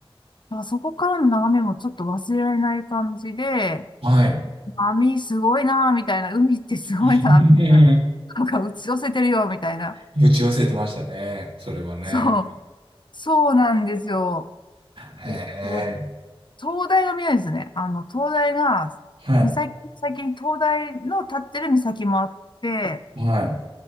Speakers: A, on the left (about 50°); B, on the right (about 70°).
A: からそこからの眺めもちょっと忘れられない感じで、
B: はい。
A: 網すごいな、みたいな。海ってすごいな、
B: え
A: みたいな。なんか打ち寄せてるよ、みたいな。
B: え打ち忘れてましたね、それはね。
A: そう。そうなんですよ。
B: へえ、
A: えっと灯台が見えるんですね。あの、灯台が、
B: はい、
A: 岬、先に灯台の立ってる岬もあって、
B: はい、